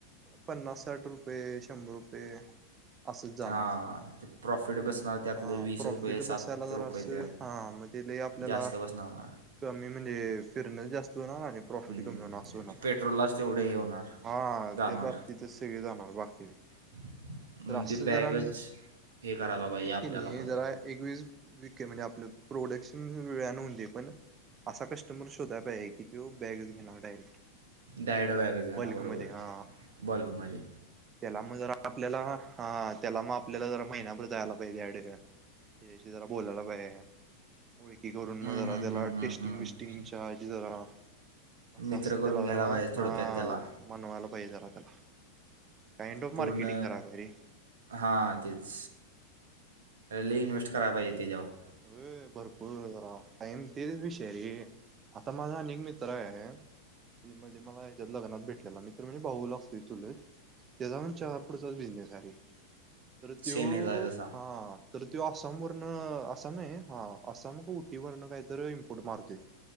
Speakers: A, on the right; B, on the right.
A: पन्नास साठ रुपये शंभर रुपये असंच जाणव
B: हां ते प्रॉफिट बसणार त्यातलं
A: हा
B: वीस
A: प्रॉफिट
B: रुपये सात
A: बसायला जरा
B: रुपये
A: असं
B: ते
A: हा म आपल्याला
B: जास्त बसणार ना
A: कमी म्हणजे फिरण जास्त ना नाही प्रॉफिट
B: हम्म.
A: कमी होणार ना
B: पेट्रोललाच तेवढे हे होणार
A: हा
B: जाणार
A: ते बाब तिथ सगळे जाणार बाकी
B: <inaudible>
A: तर अस
B: बॅगच
A: जरा
B: हे करायला
A: एक
B: पाहिजे
A: वस
B: आपल्याला
A: कि नाही
B: पण
A: जरा एकवीस व म्हणजे आपलं प्रोडक्शन वेळ न दे पण असा कस्टमर शोधा पाहिजे की तो बॅगच घेणार डायरेक्ट
B: डॅयडो बॅगच घाणार
A: बल्कमध्ये
B: बरोबर
A: हा
B: बॉल्कमध्ये
A: त्याला मग जर आपल्याला ह त्याला मग आपल्याला जरा महिना्याभर जायला पाहिजे या ठ त्या जरा बोलायला पाहिजे ओळखी करून
B: हम्म,
A: मग जरा
B: हम्म,
A: त्याला
B: हम्म, हम्म,
A: टेस्टिंग
B: हम्म.
A: बिस्टिंगच्याजी जरा अस
B: मित्र
A: असत
B: करून
A: तेलागरा
B: घ्यायला पाहिजे थोडक्यात
A: ह
B: त्याला
A: मण वाला झालय त्याला जरा काइंड ऑफ
B: पूर्ण
A: मार्केटिंग करालोय रे
B: हां तेच लई इन्व्हेस्ट कराय पाहिजे तेचावर
A: व्हय भरपूर आहे जरा टाइम तेच विषय आहे रे आता माझा अनेक मित्र आहे ते मध्ये मला ह्याच्यात लग्नात भेटलेला मित्र म्हणजे भाऊ लागतोय चुलत त्याचा पण चहा पुुडचाच बिझनेस आहे तर
B: सेम
A: त्यो
B: हे जाय तसा
A: हा तर त आसामवरन आसाम नाही हा आसाम का उटीवरन काहीतर इम्पोर्ट मारतोय